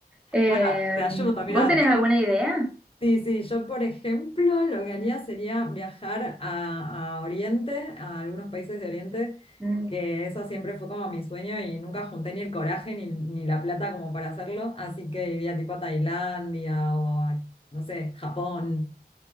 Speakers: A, in the centre; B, on the left (about 35°).
A: eh,
B: Bueno, te ayudo, mira,
A: ¿vos tenés alguna idea?
B: Sí, sí, yo por ejemplo lo que haría sería viajar a, a Oriente, a algunos países de Oriente,
A: Mm,
B: que eso siempre fue como mi sueño y nunca junté ni el coraje ni, ni la plata como para hacerlo, así que iría tipo a Tailandia o a, no sé, Japón.